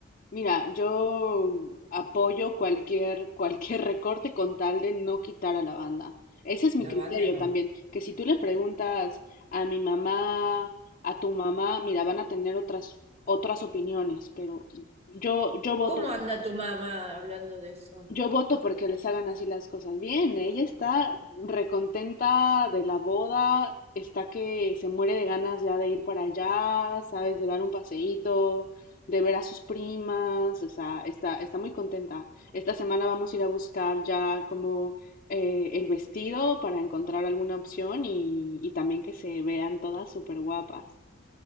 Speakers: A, on the left; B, on the right.
A: Mira, yo apoyo cualquier, cualquier recorte con tal de no quitar a la banda. Ese es mi
B: La
A: criterio
B: banda no.
A: también, que si tú le preguntas a mi mamá, a tu mamá, mira, van a tener otras, otras opiniones, pero yo, yo voto
B: ¿Cómo anda tu mamá hablando de eso?
A: yo voto porque les hagan así las cosas bien. Ella está recontenta de la boda, está que se muere de ganas ya de ir para allá, sabes, de dar un paseíto, de ver a sus primas, o sea, está, está muy contenta. Esta semana vamos a ir a buscar ya como eh, el vestido para encontrar alguna opción y, y también que se vean todas súper guapas.